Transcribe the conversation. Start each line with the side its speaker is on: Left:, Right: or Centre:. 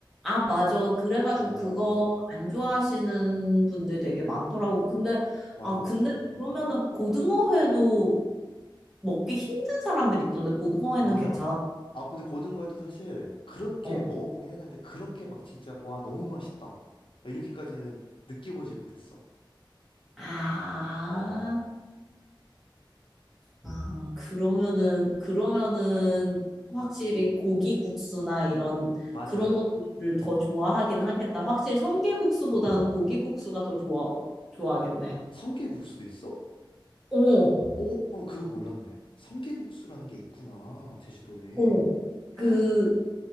Centre: 아, 맞아. 그래가지고
Left: 어
Centre: 그거 안 좋아하시는 분들 되게 많더라고. 근데,
Left: 맞아
Centre: 아,
Left: 호불
Centre: 근데
Left: 어.
Centre: 그러면은 고등어회도 먹기 힘든 사람들 있던데, 고등어회는
Left: 맞아.
Centre: 괜찮아.
Left: 아, 근데 고등어에도 사실 그렇게
Centre: 어.
Left: 먹어보긴 했는데 그렇게 막 진짜 와, 너무 맛있다. 아, 이렇게까지는 느껴보지 못했어.
Centre: 아.
Left: 어, 어.
Centre: 아, 그러면은, 그러면은 확실히 고기국수나 이런
Left: 맞아.
Centre: 그런 것들을 더 좋아하긴 하겠다. 확실히 성게국수보다는 고기국수가 더 좋아, 좋아하겠네.
Left: 성게국수도 있어?
Centre: 어,
Left: 어, 어, 그거 몰랐네. 성게국수라는 게 있구나. 제주도에.
Centre: 어.
Left: <gasps>
Centre: 그,